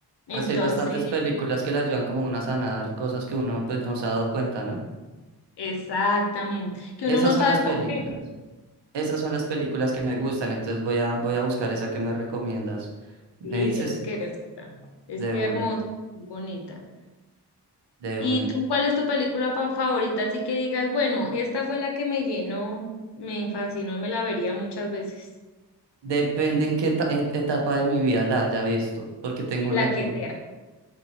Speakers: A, on the left; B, on the right.
A: Entonces,
B: Así hay bastantes películas que le ayudan como uno a sanar cosas que uno pues no se ha dado cuenta, ¿no?
A: exactamente, que
B: Esas
A: uno no
B: son
A: sabe
B: las películas.
A: por qué.
B: Esas son las películas que me gustan, entonces voy a, voy a buscar esa que me recomiendas. Me
A: Sí,
B: dices
A: tienes que verla. Es
B: de
A: hermosa,
B: una,
A: muy bonita.
B: de
A: ¿Y
B: una.
A: tú cuál es tu película pa- favorita? Así que digas, bueno, esta fue la que me llenó, me fascinó y me la vería muchas veces.
B: Depende en qué eta- et- etapa de mi vida la haya visto, porque tengo
A: En
B: una,
A: la que sea.